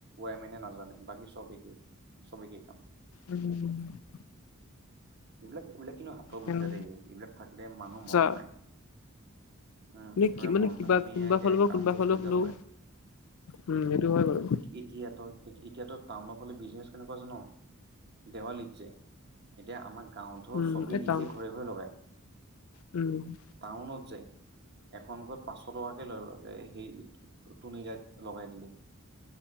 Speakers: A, on the right (about 50°); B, on the left (about 75°).
A: ৱাই মেনে নাজানে বাকী চব একেই চব একেই কাম।
B: উম উ উ
A: এইবিলাক এইবিলাক কিন্তু হাতৰ বিদ্যা
B: উম
A: দেই এইবিলাক থাকিলে মানুহ
B: আচ্ছা
A: মৰণ নাই উম একেবাৰে
B: কি মানে
A: মৰণ
B: কিবা
A: নাই ধুনীয়াকে
B: কোনোবা হ'লে বা
A: কাম
B: কোনোবা
A: কৰি
B: হ'লে
A: চলি
B: হ'লেও
A: যাব পাৰে
B: উম সেইটো হয় বাৰু।
A: এতিয়াত এতিয়াতো টাউনৰ ফালে বিজনেচ কেনেকুৱা জান দেৱালীত, যে। এতিয়া আমাৰ গাওঁ ধৰ
B: উম
A: ছবি
B: এই টান
A: নিজে ঘৰে- ঘৰে লগাই।
B: উম
A: টাউনত যে এখন ঘৰত পাঁচশ টকাকে লয় তুনি লাইট লগাই দিলে